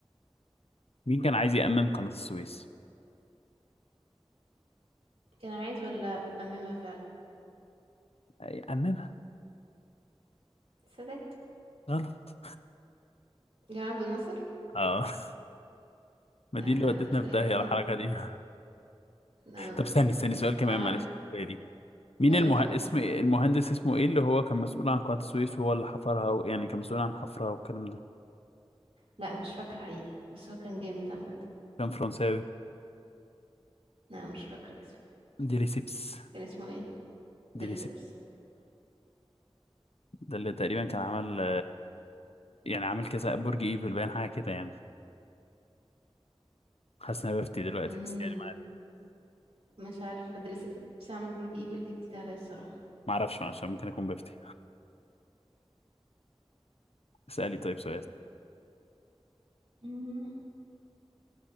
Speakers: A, on the left; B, on the right.
A: مين كان عايز يأمم قناة السويس؟
B: كان عايز ولا أممها فعلا
A: آه، يأممها
B: السادات
A: غلط
B: جمال عبد الناصر
A: آه <laughs> ما
B: أنا
A: دي اللي ودتنا
B: في الحتة
A: في داهية
B: دي
A: الحركة دي <laughs>
B: أنا
A: طب استني استني سؤال كمان
B: عم...
A: معلش بالي مين
B: طيب
A: المه...
B: قول
A: اسم المهندس اسمه ايه اللي هو كان مسؤول عن قناة السويس وهو اللي حفرها و... يعني كان مسؤول عن حفرها والكلام ده
B: لا مش فاكرة حقيقي بس هو كان جامد عامة
A: كان فرنساوي
B: لا مش فاكرة اسمه
A: ديليسيبس
B: كان اسمه ايه
A: ديليسيبس
B: دريسبس
A: ده اللي تقريبا كان عمل يعني عامل كذا برج ايفل باين حاجه كده يعني حاسس ان انا بفتي دلوقتي
B: مم.
A: بس يعني ما علينا
B: مش عارفة دريسبس عمل برج ايفل دي جديدة عليا الصراحة
A: ما اعرفش عشان ممكن اكون بفتي اسالي طيب سؤال
B: مم.